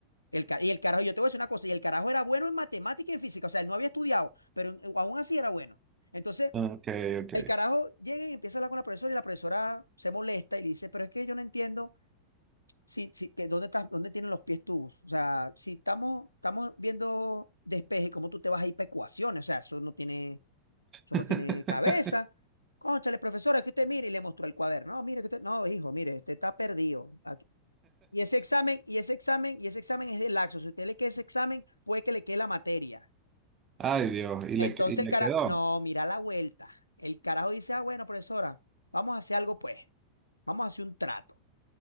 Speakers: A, on the left; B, on the right.
A: El, ca- y el carajo, yo te voy a decir una cosa, y el carajo era bueno en matemática y en física, o sea, él no había estudiado, pero en- aún así era bueno. Entonces,
B: Ok, ok.
A: el carajo llega y empieza a hablar con la profesora y la profesora se molesta y le dice, pero es que yo no entiendo si, si, que dónde estás, dónde tienen los pies tú. O sea, si estamos, estamos viendo despeje, ¿cómo tú te vas a ir para ecuaciones? O sea, eso no tiene, eso
B: <laughs>
A: no tiene cabeza. Cónchale, profesora, es que usted mire y le mostró el cuaderno. No, mire que usted, no, hijo, mire, usted está perdido. Aquí- Y ese examen, y ese examen, y ese examen es de laxo. Si usted le queda ese examen, puede que le quede la materia.
B: Ay, Dios, y
A: Entonces
B: le, y
A: el
B: le
A: cara,
B: quedó.
A: no, mira la vuelta. El carajo dice, ah, bueno, profesora, vamos a hacer algo pues, vamos a hacer un trato.